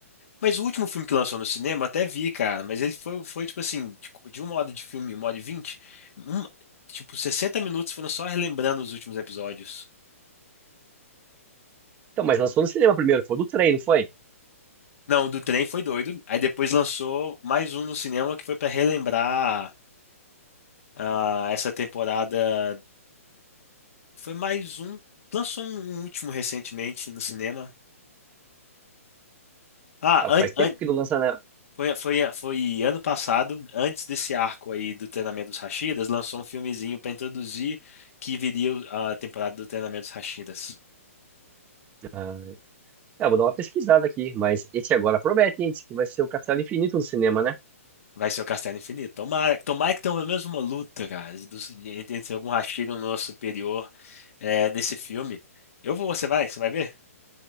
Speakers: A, on the left; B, on the right.
A: Mas o último filme que lançou no cinema, até vi, cara, mas ele foi, foi tipo assim, tipo, de uma hora de filme, uma hora e vinte, um- tipo, 60 minutos foram só relembrando os últimos episódios.
B: Então, mas lançou no cinema primeiro, foi do trem, não foi?
A: Não, o do trem foi doido. Aí depois lançou mais um no cinema que foi pra relembrar ah, essa temporada. Foi mais um. Lançou um, um último recentemente no cinema. Ah,
B: Cara,
A: an-
B: faz tempo
A: an-
B: que não lança, né?
A: Foi, foi, foi ano passado, antes desse arco aí do treinamento dos Rashidas, lançou um filmezinho pra introduzir que viria o- a temporada do treinamento dos Rashidas.
B: Ah, é, vou dar uma pesquisada aqui, mas esse agora promete, hein, diz que vai ser o Castelo Infinito no cinema, né?
A: Vai ser o Castelo Infinito. Tomara, tomara que tenha pelo menos uma luta, cara, de- dos- de- entre entre algum Rashida e um nosso superior é, nesse filme. Eu vou, você vai, você vai ver?